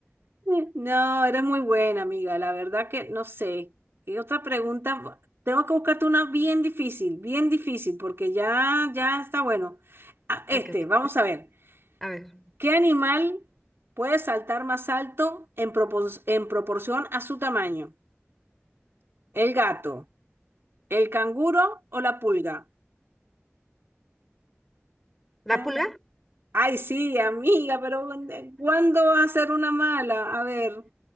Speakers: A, on the right; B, in the centre.
A: <laughs> No, eres muy buena, amiga. La verdad que no sé. ¿Qué otra pregunta? Tengo que buscarte una bien difícil, bien difícil, porque ya, ya está bueno. Ah, este,
B: Ok, ok.
A: vamos a ver.
B: A ver.
A: ¿Qué animal puede saltar más alto en propor- en proporción a su tamaño? ¿El gato, el canguro o la pulga?
B: ¿La
A: Tarán.
B: pulga?
A: Ay, sí, amiga, pero eh, ¿cuándo va a ser una mala? A ver.